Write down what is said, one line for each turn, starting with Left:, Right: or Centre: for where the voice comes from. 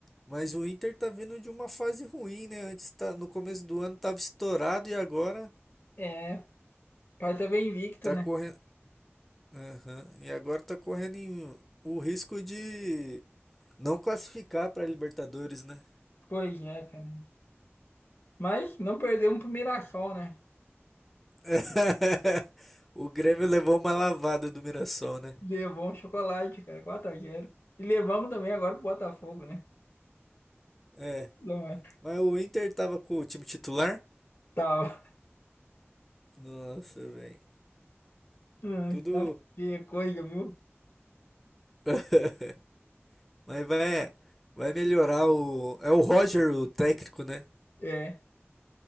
Centre: mas o Inter tá vindo de uma fase ruim, né? Antes tá, no começo do ano tava estourado e agora
Left: É, pai tá bem invicto,
Centre: tá
Left: né?
Centre: correndo, Aham, E agora tá correndo em- o risco de não classificar pra Libertadores, né?
Left: Pois é, cara. Mas não perdemos pro Mirassol, né?
Centre: <laughs> O Grêmio levou uma lavada do Mirassol, né?
Left: Levou um chocolate, cara, 4x0. E levamos também agora pro Botafogo, né?
Centre: É,
Left: Não,
Centre: mas o Inter tava com o time titular?
Left: Tá,
Centre: Nossa, velho.
Left: Ai,
Centre: Tudo.
Left: tá feia a coisa, viu?
Centre: <laughs> Mas vai, vai melhorar o. É o Roger, o técnico, né?
Left: É.